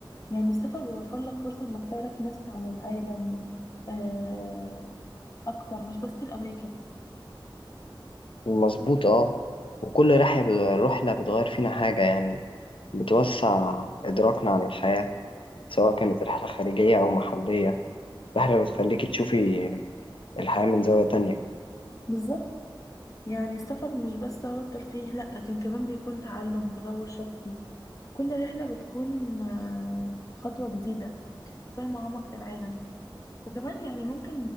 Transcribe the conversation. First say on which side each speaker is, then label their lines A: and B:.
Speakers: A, on the left (about 40°); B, on the left (about 80°).
A: يعني السفر بيوفر لك فرصه انك تعرف ناس عن العالم آه، اكتر مش بس الاماكن
B: مظبوط اه وكل رحلة بت- رحلة بتغير فينا حاجة يعني بتوسع إدراكنا عن الحياة سواء كانت رحلة خارجية أو محلية رحلة بتخليكي تشوفي الحياة من زاوية تانية
A: بالظبط يعني السفر مش بس هو الترفيه لا لكن كمان بيكون تعلم وتطور شخصي كل رحله بتكون آه، خطوه جديده فاهمة أعمق للعالم وكمان يعني ممكن